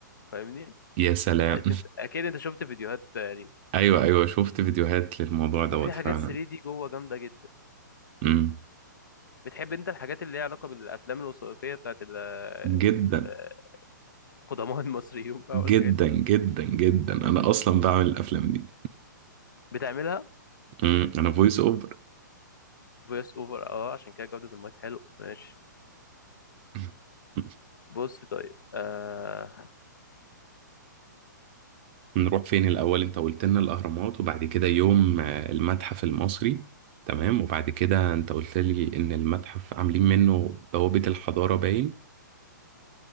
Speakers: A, on the left; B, on the right.
A: فاهمني
B: يا سلام
A: أنت- اكيد انت شفت فيديوهات ليه
B: <laughs> ايوه ايوه شفت فيديوهات للموضوع دوت
A: وفي حاجات
B: فعلا
A: 3 دي جوه جامده جدا
B: امم
A: بتحب انت الحاجات اللي ليها علاقه بالافلام الوثائقيه بتاعت ال- ال-
B: جدا
A: القدماء <laughs> المصريين بقى
B: جدا
A: والحاجات دي
B: جدا جدا انا اصلا بعمل الافلام دي
A: بتعملها
B: امم انا فويس اوفر
A: فويس اوفر اه عشان كده جوده المايك حلو ماشي
B: امم
A: بص طيب آه
B: نروح فين الأول أنت قلت لنا الأهرامات وبعد كده يوم آه، المتحف المصري تمام وبعد كده أنت قلت لي إن المتحف عاملين منه بوابة الحضارة باين